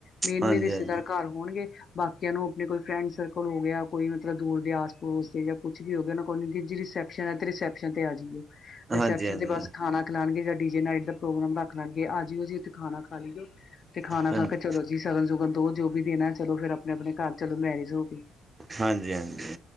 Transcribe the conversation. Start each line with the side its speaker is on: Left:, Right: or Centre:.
Left: ਮੇਨਮੇਨ
Right: ਹਾਂਜੀ
Left: ਰਿਸ਼ਤੇਦਾਰ
Right: ਹਾਂਜੀ
Left: ਘਰ ਹੋਣਗੇ ਬਾਕੀਆਂ ਨੂੰ ਆਪਣੇ ਕੋਈ ਫਰੈਂਡ ਸਰਕਲ ਹੋ ਗਿਆ ਕੋਈ ਮਤਲਬ ਦੂਰ ਦੇ ਆਸ ਪੜੋਸ ਦੇ ਜਾਂ ਕੁਛ ਵੀ ਹੋ ਗਿਆ ਉਹਨਾਂ ਕੋਲ ਜੀ ਰਿਸੈਪਸ਼ਨ ਹੈ ਤੇ ਰਿਸੈਪਸ਼ਨ ਤੇ ਆ ਜਾਈਓ
Right: ਹਾਂਜੀ
Left: ਰਿਸੈਪਸ਼ਨ
Right: ਹਾਂਜੀ
Left: ਤੇ ਬਸ ਖਾਣਾ ਰੱਖ ਲੈਣਗੇ ਜਾਂ ਡੀ ਜੇ ਨਾਈਟ ਦਾ ਪ੍ਰੋਗਰਾਮ ਰੱਖ ਲਣਗੇ ਆ ਜਿਓ ਜ ਉਥੇ ਖਾਨਾ ਖਾ ਲਈਓ ਤੇ ਖਾਣਾ
Right: ਹਾਂਜੀ
Left: ਖਾ ਕੇ ਚਲੋ ਜੀ ਸਗਨ ਸੁਗਨ ਦੋ ਜੋ ਵੀ ਦੇਣਾ ਚਲੋ ਫਿਰ ਆਪਣੇ-ਆਪਣੇ ਘਰ ਚਲੋ ਮੈਰਿਜ ਹੋ ਗਈ
Right: ਹਾਂਜੀ-ਹਾਂਜੀ